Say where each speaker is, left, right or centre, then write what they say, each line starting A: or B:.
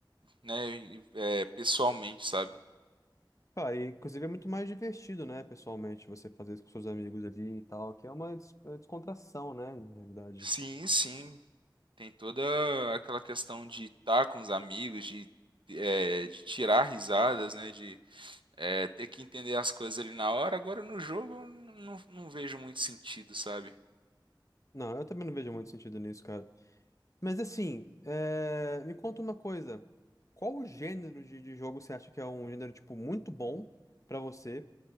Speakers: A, on the right (about 80°); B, on the left (about 40°).
A: né, e, é, pessoalmente, sabe?
B: Cara, e, inclusive é muito mais divertido, né, pessoalmente, você fazer isso com seus amigos ali e tal, que é uma des- é descontração, né, na realidade.
A: Sim, sim, tem toda aquela questão de estar com os amigos, de, é, de tirar risadas, né, de é, ter que entender as coisas ali na hora. Agora no jogo eu não, não vejo muito sentido, sabe?
B: Não, eu também não vejo muito sentido nisso, cara. Mas assim, é, me conta uma coisa. Qual o gênero de, de jogo você acha que é um gênero, tipo, muito bom pra você?